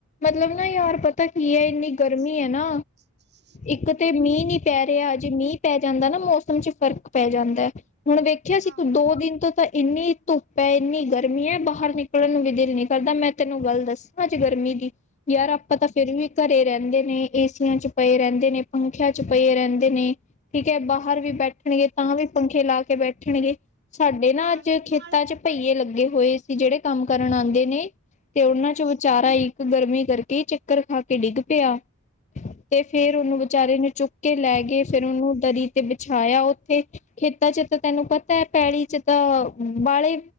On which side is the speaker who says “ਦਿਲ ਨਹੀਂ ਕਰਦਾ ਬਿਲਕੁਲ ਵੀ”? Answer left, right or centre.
Right